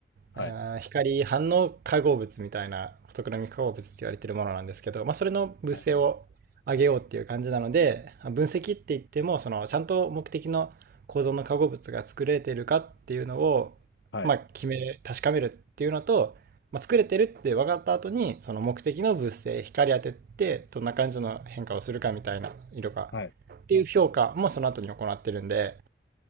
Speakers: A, on the left; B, on the right.
A: はい、
B: あー光反応化合物みたいなフォトクロミック化合物って言われてるものなんですけど、まあ、それの物性を上げようっていう感じなのでまあ分析って言ってもそのちゃんと目的の構造の化合物が作れてるかっていうのを、
A: はい、はい、
B: まあ、決め確かめるっていうのと、まあ、作れてるって分かった後にその目的の物性光当ててどんな感じの変化をするかみたいな色がっていう評価もその後に行ってるんで
A: はい。